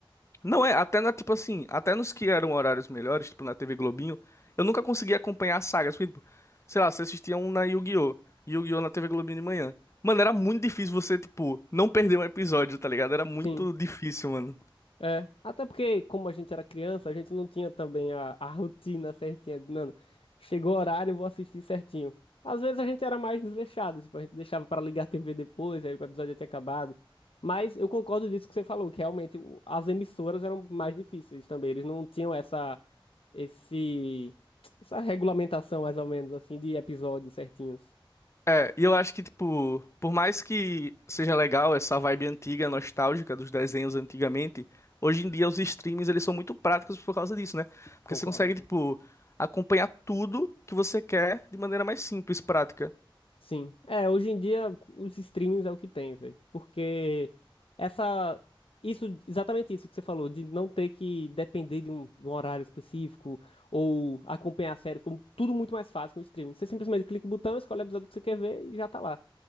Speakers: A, on the left; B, on the left.
A: Não é, até na, tipo assim, até nos que eram horários melhores, tipo na TV Globinho, eu nunca conseguia acompanhar as sagas, porque, tipo, sei lá, você assistia um na Yu-Gi-Oh! Yu-Gi-Oh! na TV Globinho de manhã. Mano, era muito difícil você, tipo, não perder um episódio, tá ligado? Era muito
B: Sim.
A: difícil, mano.
B: É, até porque, como a gente era criança, a gente não tinha também a, a rotina certinha. de, Mano, chegou o horário, eu vou assistir certinho. Às vezes a gente era mais desleixado, tipo, a gente deixava pra ligar a TV depois, aí o episódio já tinha acabado. Mas eu concordo disso que você falou, que realmente o- as emissoras eram mais difíceis também. Eles não tinham essa, esse, essa regulamentação, mais ou menos, assim, de episódios certinhos.
A: É, e eu acho que, tipo, por mais que seja legal essa vibe antiga, nostálgica dos desenhos antigamente, hoje em dia os streams, eles são muito práticos por causa disso, né? Porque
B: Concordo.
A: você consegue, tipo, acompanhar tudo que você quer de maneira mais simples, prática.
B: Sim. É, hoje em dia os streamings é o que tem, velho. Porque essa isso exatamente isso que você falou, de não ter que depender de um, de um horário específico ou acompanhar a série, ficou tudo muito mais fácil com o streaming. Você simplesmente clica o botão, escolhe o episódio que você quer ver e já tá lá.